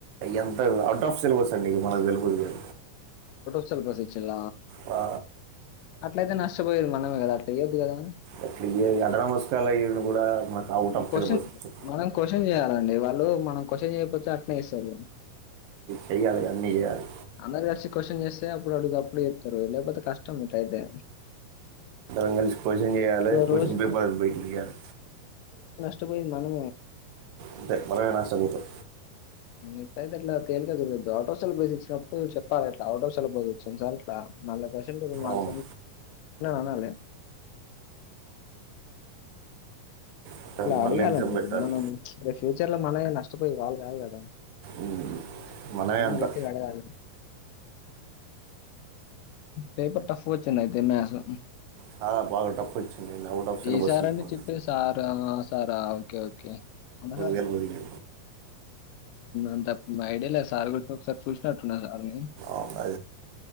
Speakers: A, on the right (about 80°); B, on the left (about 80°).
A: ఎంత అవుట్ ఆఫ్ సిలబస్ అండి ఇ మనకు తెలుగుంది అ
B: స్వల్ప శచ్చల్
A: ఆ
B: అట్ల అయితే నష్టపోయేది మనమే కదా అట్ ఇయద్దు కదా మని
A: అట్లా అద నమస్కలు అయ కూడా మనకు అవుట్ ఆఫ్
B: క్వెషన్
A: బస్ చె
B: మనం క్వెషన్ చేయాలండి. వాళ్ళు మనం క్వశ్చన్ చేయకపోతే అట్నే ఇస్తారు
A: చేయాలి అన్నీ చేయాలి
B: అందరు కలిసి క్వశ్చన్ చేస్తే అప్పుడు అడుగు అప్పుడు చెప్తారు లేకపోతే కష్టం బట అయితే
A: ఇంగలిసి కోశం చేయాలి కోశం
B: రోజు
A: పేపర్పయించాలి
B: కపోయింద ను
A: అంటే మనమే నష్టపోతుం
B: ఇట్ల అయితే ఇట్లా తేలికగారయద్దు ఆటోసల్జ ఇచ్చినప్పుడు చెప్పాలి అట్లా ఆటో సెల్ బస్ వచ్చింది సార్ అట్లా మళ్ మార్
A: అవును
B: అనాలి
A: పెట్టాలి,
B: అట్లా
A: మళ్ళీ
B: అడగాలండి
A: ఎగ్జామ్ పెట్టాలి
B: మనం ర ఫ్యూచర్ లో మన నష్టపోయి వాళ్ళు కాలి కదా
A: ఉమ్, మనమే
B: మనం
A: అంత
B: గట్టి అడగాలి పేపర్ టఫ్ వచ్చింది అయితే మ్యాథ్స్
A: చాలా బాగా టఫ వచ్చింది out of syllabus
B: A sir
A: తీసు
B: అండి చెప్పేది? సారా? సారా ఓకే ఓకే అన్న సే
A: తెలియదు
B: అంత ఐడియా లేదు సార్ గురించి ఒకసారి చూసినట్టున్నా సార్ని
A: ఆన్నా